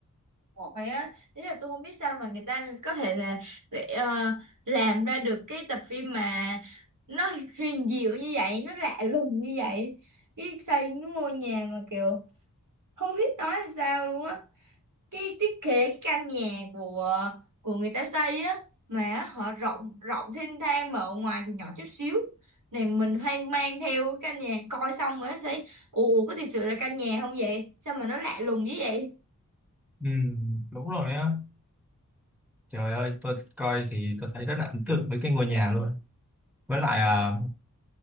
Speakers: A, on the right; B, in the centre.
A: Rồi á, ý là tôi không biết sao mà người ta có thể là để ờ, làm ra được cái tập phim mà nó huyền diệu như vậy, nó lạ lùng như vậy. Cái xây cái ngôi nhà mà kiểu không biết nói làm sao luôn á. Cái thiết kế cái căn nhà của của người ta xây á mà họ rộng rộng thênh thang mà ở ngoài thì nhỏ chút xíu. Này mình hoang mang theo cái căn nhà coi xong rồi thấy ủa ủa, có thật sự là căn nhà không vậy? Sao mà nó lạ lùng như vậy?
B: Ừ, đúng rồi á. Trời ơi, tôi coi thì tôi thấy rất là ấn tượng với cái ngôi nhà luôn. Với lại à,